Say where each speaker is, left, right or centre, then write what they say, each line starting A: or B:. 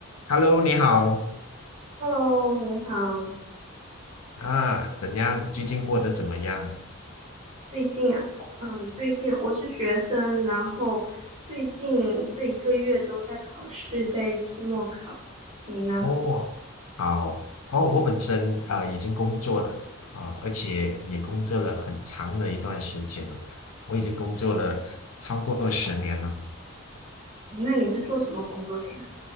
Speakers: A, on the left; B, on the right.
A: Hello，你好
B: Hello，您好。
A: 啊，怎样？最近过得怎么样？
B: 最近啊，嗯，最近我是学生，然后最近这一个月都在考试，在期末考。你呢？
A: 哦，好哦，我本身啊、呃已经工作了啊、而且也工作了很长的一段时间了，我已经工作了超过二十年了。
B: 那你是做什么工作的呀？